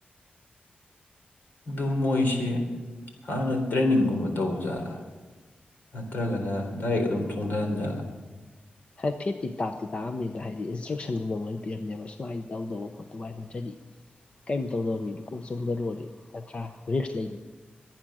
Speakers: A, on the left (about 75°); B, on the left (about 35°).
A: ꯑꯗꯨ ꯃꯣꯏꯁꯦ ꯍꯥꯟꯅ ꯇ꯭ꯔꯦꯟꯅꯤꯡꯒꯨꯝꯕ ꯇꯧꯕꯖꯥꯠꯂ ꯅꯠꯇ꯭ꯔꯒꯅ ꯗꯥꯏꯔꯦꯛ ꯑꯗꯨꯝ ꯆꯣꯡꯊꯍꯟꯆꯦ ꯍꯥꯢꯕ꯭ꯔꯥ
B: ꯍꯥꯏꯐꯦꯠꯇꯤ ꯇꯥꯛꯇꯤ ꯇꯥꯛꯑꯝꯅꯤꯅ ꯍꯥꯏꯗꯤ ꯏꯟꯁꯇ꯭ꯔꯛꯁꯟꯒꯨꯝꯕ ꯃꯣꯏꯅ ꯄꯤꯔꯝꯅꯦꯕ ꯁꯨꯃꯥꯏꯅ ꯇꯧꯗꯧꯕ ꯈꯣꯠꯇꯧꯕ ꯍꯥꯏꯅ ꯅꯠꯇ꯭ꯔꯗꯤ ꯀꯩꯝ ꯇꯧꯗꯕ ꯃꯤꯗꯨ ꯀꯣꯛ ꯆꯣꯡꯊꯔꯨꯔꯗꯤ ꯅꯠꯇ꯭ꯔꯥ ꯔꯤꯛꯁ ꯂꯩ